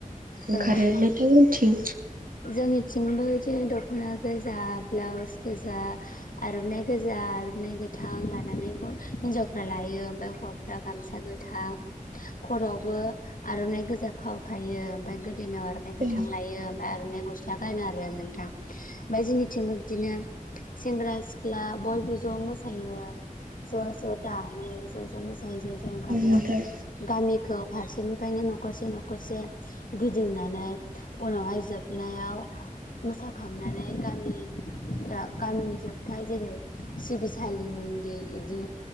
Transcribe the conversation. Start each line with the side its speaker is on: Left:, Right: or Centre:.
Right: ओंखारो
Left: औ
Right: नोंथांमोनथिं
Left: जोंनिथिंबो इदिनो दख'ना गोजा ब्लाउस गोजा आर'नाय गोजा आर'नाय गोथां लानानै हिनजावफ्रा लायो ओमफाय हौवाफ्रा गामसा गोथां खर'आवबो आर'नाइ गोजा खाव खायो ओमफाय ओमफफ्राय गोदोनायाव आ'रनाय गोथां
Right: औ
Left: लायो ओमफ्राय आर'नाय गस्ला गानो आरो नोंथां। ओमफ्राय जोंनिथिंबो बिदिनो सेंग्रा सिख्ला बयबो ज' मोसायो। ज' ज' दामो ज' ज' मोसायो ज' ज' ओंखारो
Right: नोंथां
Left: गामिखौ फारसे फ्रायनो न'खरसे न'खरसे गिदिंनानै उनावहाय जोब नायाव मोसाखांनानै गामि गामिनि जोबथा जेरै सिबसालि मन्दिर इदि